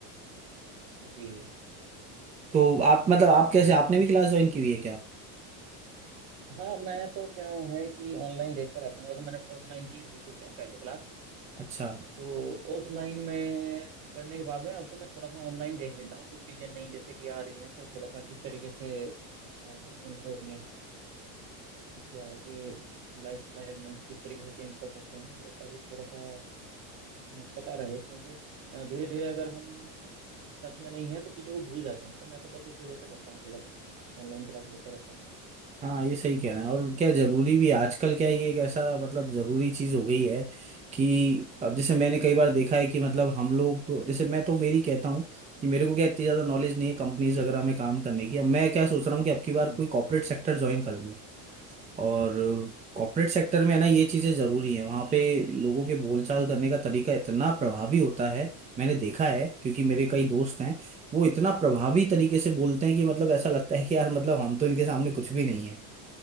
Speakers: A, on the right; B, on the right.
A: जी
B: तो आप मतलब
A: तो
B: आप कैसे आपने
A: कब
B: भी क्लास ज्वाइन की हुई है क्या
A: हाँ मैं तो क्या है कि ऑनलाइन देखता रहता हूँ वैसे मैंने ऑफलाइन की थी कुछ टाइम पहले क्लास
B: अच्छा
A: तो ऑफलाइन में करने के बाद में अब तो मैं थोड़ा सा ऑनलाइन देख लेता हूँ कुछ चीज़ें नई जैसे कि आ रही हैं तो थोड़ा सा किस तरीके से अ, उनको अपने क्या है कि लाइफस्टाइल में किस तरीके से चेंज कर सकते हैं तो ताकि थोड़ा सा अ, पता रहे क्योंकि धीरे धीरे अगर हम टच में नहीं है तो चीज़ों को भूल जाते हैं तो मैं तो बस उस वजह से करता हूँ थोड़ा सा ऑनलाइन क्लास लेते रहता
B: हाँ ये सही कहना है और क्या जरूरी भी है। आजकल क्या ये एक ऐसा मतलब जरूरी चीज हो गई है कि अब जैसे मैंने कई बार देखा है कि मतलब हम लोग को- जैसे मैं तो मेरी कहता हूँ कि मेरे को क्या इतनी ज्यादा नॉलेज नहीं है कंपनीज वगैरह में काम करने की अब मैं क्या सोच रहा हूँ कि अब की बार
A: हूँ
B: कोई कॉर्पोरेट सेक्टर ज्वाइन कर लूँ और कॉर्पोरेट सेक्टर में है ना ये चीजें जरूरी है वहां पे लोगों के बोलचाल करने का तरीका इतना प्रभावी होता है मैंने देखा है क्योंकि मेरे कई दोस्त हैं वो इतना प्रभावी तरीके से बोलते हैं कि मतलब ऐसा लगता है कि यार मतलब हम तो इनके सामने कुछ भी नहीं है